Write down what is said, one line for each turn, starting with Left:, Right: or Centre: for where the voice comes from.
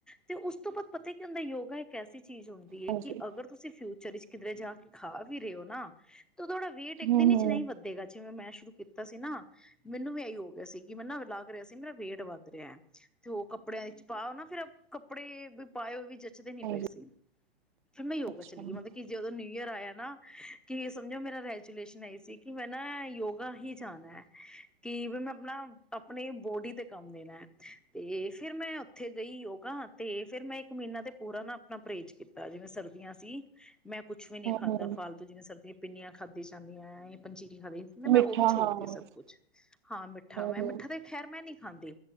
Centre: ਤੇ ਉਸ ਤੋਂ ਬਾਅਦ ਪਤਾ ਕੀ ਹੁੰਦਾ ਯੋਗਾ ਇੱਕ ਐਸੀ ਚੀਜ਼ ਹੁੰਦੀ ਹੈ
Right: ਹਾਂਜੀ
Centre: ਕਿ ਅਗਰ ਤੁਸੀਂ ਫਿਊਚਰ ਵਿੱਚ ਕਿਧਰੇ ਜਾ ਕੇ ਖਾ ਵੀ ਰਹੇ ਹੋ ਨਾ ਤੇ ਤੁਹਾਡਾ ਵੇਟ ਇੱਕ
Right: ਹੂੰ
Centre: ਦਿਨ ਵਿਚ
Right: ਹੂੰ
Centre: ਨਹੀਂ ਵੱਧੇਗਾ। ਜਿਵੇਂ ਮੈਂ ਸ਼ੁਰੂ ਕੀਤਾ ਸੀ ਨਾ ਮੈਨੂੰ ਵੀ ਇਹੀ ਹੋ ਗਿਆ ਸੀ ਕਿ ਮੈ ਨਾ ਲੱਗ ਰਿਹਾ ਸੀ ਮੇਰਾ ਵੇਟ ਵੱਧ ਰਿਹਾ। ਤੇ ਉਹ ਕੱਪੜਿਆਂ 'ਚ ਪਾਓ ਨਾ ਫਿਰ ਕੱਪੜੇ ਵੀ ਪਾਏ ਹੋ ਵੀ ਜੱਚਦੇ ਨੀ
Right: ਹਾਂਜੀ
Centre: ਪਏ ਸੀ ਫਿਰ ਮੈਂ ਯੋਗਾ
Right: ਅੱਛਾ
Centre: ਚਲੀ
Right: ਹੂੰ
Centre: ਗਈ ਮਤਲਬ ਕਿ ਜਦੋਂ ਨਿਊ ਈਅਰ ਆਇਆ ਨਾ ਕਿ ਸਮਝੋ ਮੇਰਾ ਗ੍ਰੈਜੂਲੇਸ਼ਨ ਆ ਸੀ ਕਿ ਮੈਂ ਨਾ ਯੋਗਾ ਹੀ ਜਾਣਾ ਹੈ। ਕਿ ਵੀ ਮੈਂ ਆਪਣਾ ਆਪਣੇ ਬੋਡੀ ਤੇ ਕੰਮ ਦੇਣਾ ਹੈ ਤੇ ਫਿਰ ਮੈਂ ਉੱਥੇ ਗਈ ਯੋ ਤਾਂ ਤੇ ਫੇਰ ਮੈਂ ਇੱਕ ਮੀਨਾ ਤੇ ਪੂਰਾ ਨਾ ਆਪਣਾ ਪਰੇਜ਼ ਕੀਤਾ ਜਿਵੇਂ ਸਰਦੀਆਂ ਸੀ। ਮੈਂ ਕੁੱਛ ਵੀ ਨੀ ਖਾਦਾ
Right: ਹੂੰ
Centre: ਫਾਲਤੂ ਜਿਵੇਂ ਸਰਦੀਆਂ ਪਿੰਨੀਆਂ ਖਾਧੀ ਜਾਂਦੀਐ ਪੰਜੀਰੀ ਖਾਧੀ ਨਈ ਮੈਂ
Right: ਮਿੱਠਾ
Centre: ਓ ਵੀ ਛੋੜਦੀ
Right: ਹਾਂ ਹੂੰ
Centre: ਸਭ ਕੁਛ ਹਾਂ ਮਿੱਠਾ ਮੈਂ
Right: ਹੂੰ
Centre: ਮਿੱਠਾ ਤੇ ਖੈਰ ਮੈਂ ਨੀ ਖਾਂਦੀ